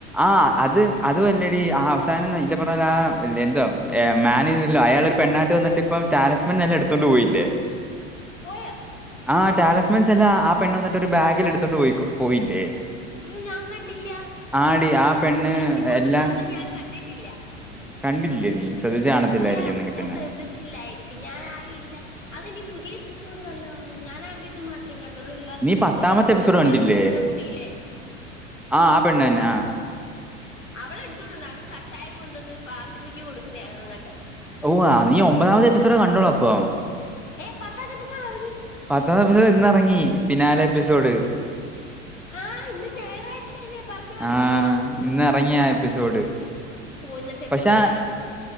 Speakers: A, in the centre; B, on the left (about 80°).
A: ആ അത് അതുമല്ലടി ആ അവസാനം <unintelligible> അയാളെരു പെണ്ണായിട്ട് വന്നിട്ടിപ്പം എല്ലാം എടുത്തോണ്ട് പോയില്ലേ
B: പോയോ
A: ആഹ് ട്ടാലസ്‌മെൻസെല്ലാം ആ പെണ്ണ് വന്നിട്ട് ഒരു ബാഗിൽ എടുത്തോണ്ട് പോയി പോയില്ലേ
B: അയ്യോ ഞാൻ കണ്ടില്ല
A: ആടി ആ പെണ്ണ്
B: കല്ല് കൊണ്ടുപോകുന്ന
A: എല്ലാം
B: ഞാൻ കണ്ടിട്ടില്ല.
A: കണ്ടില്ലേ നീ ശ്രദ്ധിച്ച് കാണത്തില്ലായിരിക്കും
B: ഇല്ല
A: എന്നെങ്കിൽ
B: ഞാൻ
A: പിന്നെ
B: ശ്രദ്ധിച്ചില്ലായിരിക്കും ഞാൻ ആകെ ഇല്ല അതിനി പുതിയ എപ്പിസോഡ് വല്ലോ ആണോ ഞാനാകെ ഇത് മാത്രമേ ക ണ്ടുള്ളു ഇല്ല
A: നീ പത്താമത്തെ
B: ഒരു
A: എപ്പിസോഡ്
B: ബ്ലൂ
A: കണ്ടില്ലേ
B: കളർ ഉടുപ്പിട്ട കുട്ടിയില്ലേ
A: ആ ആ പെണ്ണ് തന്നെ ആ
B: അവളെടുത്തോണ്ട് വന്ന് അവള് കഷായം കൊണ്ടുവന്ന് ഫാത്തിമയ്ക്ക് കൊടുക്കുന്നയാ ഞാൻ ക
A: ഓ ആഹ് നീ ഒമ്പതാമത്തെ എപ്പിസോഡെ കണ്ടുളൂ അപ്പൊ
B: ഏഹ് പത്താമത്തെ എപ്പിസോഡ് ഇറ
A: പത്താമത്തെ എപ്പിസോഡ് ഇന്നിറങ്ങി ഫിനാലെ എപ്പിസോഡ്
B: ആ ഇന്ന് ഞായറാഴ്ചയല്ലേ പറഞ്ഞ പോലെ
A: ആഹ
B: ഞാൻ
A: ഇന്ന് ഇറങ്ങിയാ എപ്പിസോഡ്
B: ഓഹ് ഇന്നത്തെ എപ്പിസോഡ്
A: പക്ഷെ
B: കാണണം